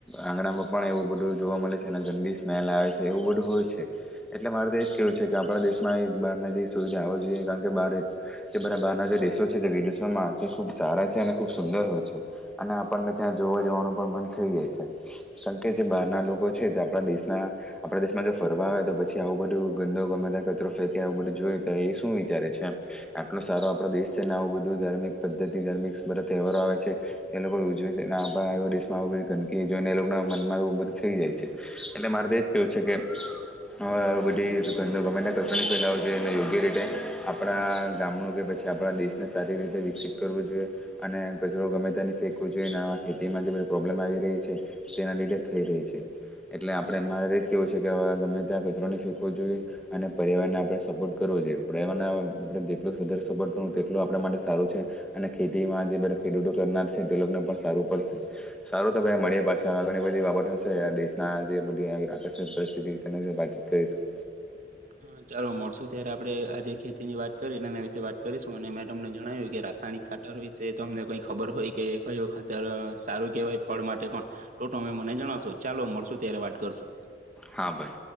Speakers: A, in the centre; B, on the right.
A: આંગણામાં પણ એવું બધું જોવા મળે છે. અને ગંદી સ્મેલ આવે છે. એવું બધું હોય છે. એટલે મારે તો એજ કેવું છે કે આપણા દેશમાં એક બાર જેવી સુવિધા હોવી જોઈએ કારણ કે બાર તે બધા બહારના જે દેશો છે જે વિદેશોમાં તે ખુબ સારા છે. અને ખુબ સુંદર હોય છે. અને આપણને ત્યાં જોવા જવાનું પણ મન થઈ જાય છે. કારણ કે જે બહાર ના લોકો છે તે આપડા દેશ ના આપડા દેશમાં જો ફરવા આવે તો પછી આવું બધું ગંદો ગમેતા કચરો ફેંકે આવું બધું જોઈ તો એ શું વિ ચારે છે એમ. આટલો સારો આપડો દેશ છે. ને આવું બધું ધાર્મિક પદ્ધતિ ધાર્મિક તહેવારો આવે છે. એ લોકો ઉજવે છે. ને આપડા એ દેશ માં આવી બધી ગંદકી જોને એ લોકો ના મનમાં એવું બધું થઈ જાય છે. એટલે મારે એજ કેવું છે કે હવે આવી બધી ગમેતે ત્યા કચરો ન ફેલાવો જોઈએ. યોગ્ય રીતે આપણા ગામડું કે પછી આપણા દેશને સારી રીતે વિકસિત કરવું જોઈએ. અને કચરો ગમે ત્યાં ની ફેંકવો જોઈએ. અને આવા ખેતીમાં જ પ્રોબ્લેમ આવી રહી છે. તેના લીધે થઈ રહી છે. એટલે આપણે એ મારે જ કેવું છે કે હવે ગમે ત્યાં કચરોને ફેંકવો જોઈએ. અને પરિવારને આપણે સપોર્ટ કરવો જોઈ <unintelligible> જેટલો વધારે સપોર્ટ કરું તેટલુ આપણા માટે સારું છે. અને ખેતીમાં જે બધા ખેડૂતો <unintelligible> તે લોકોને પણ સારું પડશે સારું તો ભાઈ મળી પાછા ઘણી બધી બાબતશે આ દેશ ના જે બધી આ આકસ્મિક પરિસ્થિતિ તેના વિષે વાતચીત કરીશું.
B: હા ચાલો મળશું ત્યારે આપડણે આજે ખેતી ની વાત કરી એના વિશે વાત કરીશું. અને મેં તમને જણાવ્યું કે રાતના યણિક ખાતર વિશે તમને કઈ ખબર હોય કે કયો ખાતર સારું કેવાય ફળ માટે પણ તો તમે મને જણાવશો. ચાલો મળશું ત્યારે વાત કરશું.
A: હા ભાઈ.